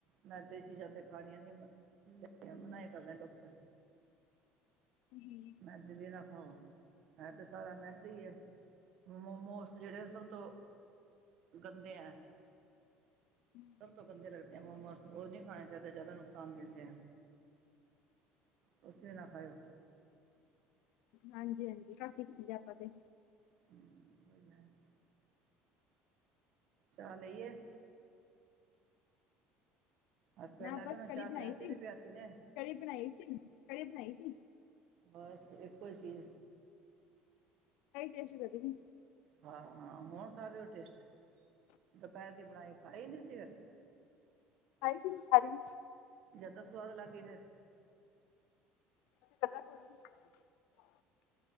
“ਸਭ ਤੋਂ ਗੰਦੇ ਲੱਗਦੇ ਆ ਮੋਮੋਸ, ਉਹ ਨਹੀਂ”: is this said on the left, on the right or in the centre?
Right